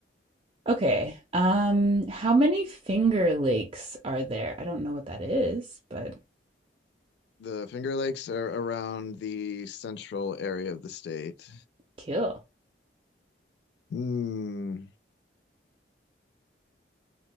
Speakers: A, on the right; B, on the left.
A: Okay. Um, how many Finger Lakes are there? I don't know what that is, but
B: the Finger Lakes are around the central area of the state.
A: kill.
B: Hmm.